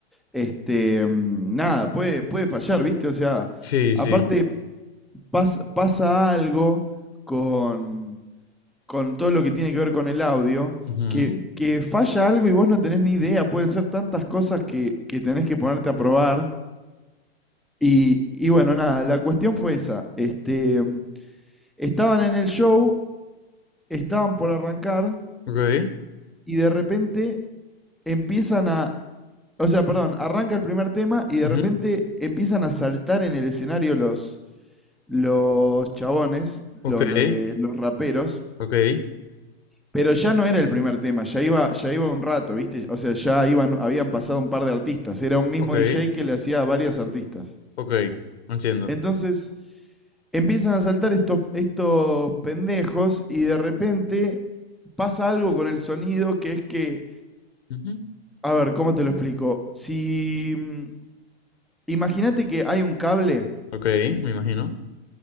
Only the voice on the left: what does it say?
Sí,
sí.
Ujú,
Okay,
ujú,
Okay,
okay,
okay,
okay, entiendo.
Ujú,
Okay, me imagino.